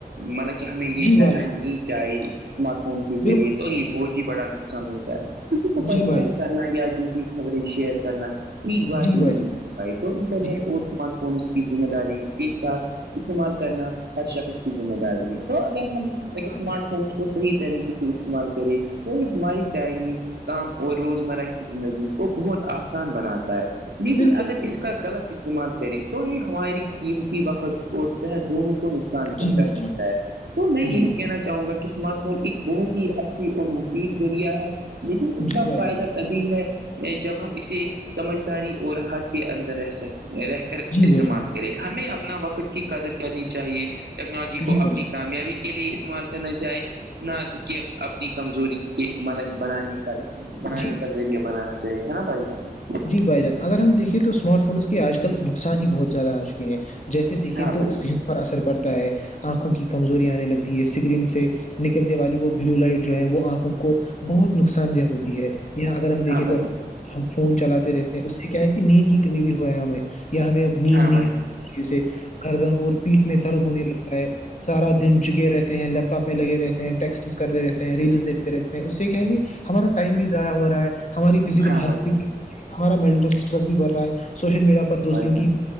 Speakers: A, on the right (about 80°); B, on the left (about 45°).
A: مطلب کہ کہ ہمیں یہ
B: جی
A: پھیلانی
B: بھائی جان
A: نہیں چاہی اسمارٹ فون کے
B: بالکل
A: ذریعے تو یہ بہت ہی بڑا نقصان ہوتا ہے کسی کو پریشان
B: جی بھائی
A: کرنا یا جھوٹی خبریں شیئر کرنا ٹھیک
B: جان
A: بات
B: جی
A: نہیں
B: بھائی
A: ہے
B: جان
A: بھائی تو انٹرنیٹ
B: جی
A: اور اسمارٹ فون اس کی ذمہ داری کے ساتھ استعمال کرنا ہر شخص کی ذمہ داری ہے تو اگر ہم اسمارٹ
B: آپ نے
A: فونس کو صحیح طریقے سے استعمال کریں تو یہ ہماری تعلیم کام اور روزمرہ کی زندگی کو بہت آسان بناتا ہے لیکن
B: بالکل
A: اگر اس غلط استعمال کریں تو ہی ہماری قیمتی وقت اور صحت دونوں نقصان پہنچا
B: جی بھائی
A: سکتا
B: جان
A: ہے تو میں یہی
B: جی
A: کہنا چاہوں گا کہ اسمارت ایک بہت ہی اچھی اور مفید ذریعہ ہے لیکن اس کا
B: جی بھائی
A: فائدہ
B: جان
A: بھی ہے جب ہم اسے سمجھداری اور حد کے اندر رہ سکتے رہ
B: جی
A: استعمال
B: بھائی جان
A: کرے ہمیں اپنا وقت کی قدر کرنی چاہیے ٹیکنالوجی
B: جی
A: کو
B: بھائی
A: اپنی
B: جان
A: کامیابی کی کے لیے استعمال کرنا چاہے نہ کہ اپنی کمزوری کے مطب بنانے کا بنانے
B: جی
A: کا ذریعہ بنانا چاہیے ہے نا بھائی جان
B: جی بھائی جان اگر ہم دیکھے تو اسمارٹ فونس کے آج کل نقصان ہی بہت زیادہ آ چکے ہیں جیسے دیکھیے
A: ہاں
B: تو
A: بھائی جان
B: صحت پر اثر پڑتا ہے آنکھوں کی کمزوری آنے لگتی ہے سگرین سے نکلنے والی وہ بلیو لائٹ جو ہے وہ آنکھوں کو بہت نقصان دہ ہوتی ہے اں اگر ہم
A: ہاں
B: دیکیںے
A: بھائی
B: تو
A: جان
B: ہم فون چلاتے رہتے ہیں اس سے کیا ہے کہ نیند کی کمی بھی ہوا ہے ہمیں یا ہمیں اب نیند
A: ہاں
B: نہیں
A: بھائی جان
B: جسے گردن اور پیٹ میں درد ہونے لگتا ہے سارا دن جھکے رہتے ہیں لیپٹاپ میں لگے رہتے ہیں ٹیکسٹ کرتے رہتے ہیں ریلس دیکھتے رہتے ہیں اس سے کیایں بھی ہمارا ٹائم بھی ضائع ہو رہا ہے ہماری فزیکلھ
A: ہاں بھائی
B: بھی ہمارا مٹل اسٹریس بھی بڑھ رہا ہے سوشل میڈیا پر دوسروں
A: جان
B: کی